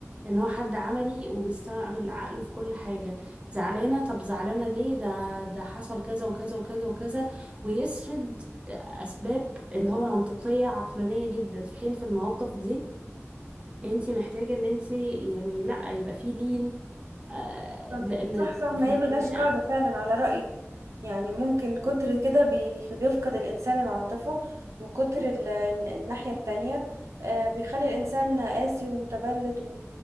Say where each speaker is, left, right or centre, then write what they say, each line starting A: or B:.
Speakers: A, on the right (about 25°); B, on the right (about 70°).
A: ان هو حد عملي وبيستعمل عقله في كل حاجة زعلانة طب زعلانة ليه ده ده حصل كذا وكذا وكذا وكذا ويسرد اسباب اللي هو منطقيه عقلانيه جدا في حين في المواقف دي انت محتاجه ان انت يعني لا يبقى في لين آه،
B: صح
A: لان
B: صح صح ما
A: في الخناقه
B: هي ملهاش قاعدة فعلا على رأيك يعني ممكن كتر كده بي- بيفقد الإنسان العاطفة وكتر ال- الناحية التانية آه، بيخلي الإنسان قاسي ومتبلد و-